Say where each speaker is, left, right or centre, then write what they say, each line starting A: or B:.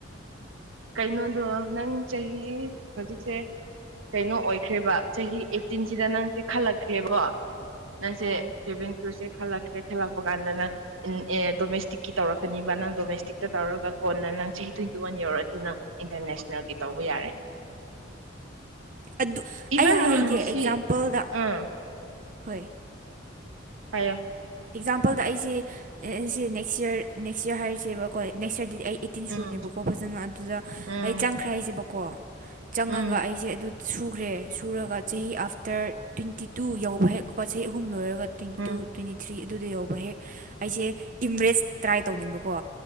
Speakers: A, on the right; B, on the right.
A: ꯀꯩꯅꯣꯗꯣ ꯅꯪ ꯆꯍꯤ ꯍꯧꯖꯤꯛꯁꯦ ꯀꯩꯅꯣ ꯑꯣꯏꯈ꯭ꯔꯦꯕ ꯆꯍꯤ ꯑꯩꯠꯇꯤꯟꯁꯤꯗ ꯅꯪꯁꯦ ꯈꯜꯂꯛꯈ꯭ꯔꯦꯕꯀꯣ ꯅꯪꯁꯦ
B: ꯑꯥ
A: ꯇꯦꯚꯦꯟ ꯀ꯭ꯔꯨꯁꯦ ꯈꯜꯂꯛ꯭ꯔꯦ ꯊꯦꯜꯂꯛ ꯀꯥꯟꯗꯅ ꯑꯦ ꯗꯣꯃꯦꯁꯇꯤꯛꯀꯤ ꯇꯧꯔꯛꯀꯅꯤꯕ ꯅꯪ ꯗꯣꯃꯦꯁꯇꯤꯛꯇ ꯇꯧꯔꯒ ꯀꯣꯟꯅ ꯅꯪ ꯆꯍꯤ ꯇ꯭ꯋꯦꯟꯇꯤ ꯋꯥꯟ ꯌꯧꯔꯛꯑꯗꯤꯅ ꯏꯟꯇꯔꯅꯦꯁꯅꯦꯜꯒꯤ ꯇꯧꯕ ꯌꯥꯔꯦ
B: ꯑꯗꯨ
A: ꯏꯕꯟ
B: ꯑꯩ ꯍꯥꯏꯒꯦ
A: ꯁꯤ
B: ꯑꯦꯛꯖꯥꯝꯄꯜꯗ
A: ꯑꯥ
B: ꯍꯣꯏ
A: ꯍꯥꯏꯌꯣ
B: ꯑꯦꯛꯖꯥꯝꯄꯜꯗ ꯑꯩꯁꯦ ꯁꯤ ꯅꯦꯛꯁ ꯌꯔ ꯅꯦꯛꯁ ꯌꯔ ꯍꯥꯏꯔꯤꯁꯦꯕꯀꯣ ꯅꯦꯛꯁ ꯌꯔꯗꯗꯤ ꯑꯩ ꯇꯤꯟ ꯁꯨꯔꯅꯦꯕꯀꯣ
A: ꯎꯝ
B: ꯐꯖꯅ ꯑꯗꯨꯗ
A: ꯎꯝ
B: ꯑꯩ ꯆꯪꯈ꯭ꯔꯦ ꯍꯥꯏꯁꯦꯕꯀꯣ ꯆꯪꯉꯒ
A: ꯎꯝ
B: ꯑꯩꯁꯦ ꯑꯗꯨ ꯁꯨꯈ꯭ꯔꯦ ꯁꯨꯔꯒ ꯆꯍꯤ ꯑꯥꯐꯇꯔ ꯇ꯭ꯋꯦꯟꯇꯤ ꯇꯨ ꯌꯧꯕ ꯍꯦꯛ ꯆꯍꯤ ꯑꯍꯨꯝ ꯂꯣꯏꯔꯒ twenty
A: um
B: two twenty three ꯑꯗꯨꯗ ꯌꯧꯕ ꯍꯦꯛ ꯑꯩꯁꯦ ꯏꯝꯔꯦꯁ ꯇ꯭ꯔꯥꯏ ꯇꯧꯅꯤꯡꯕꯀꯣ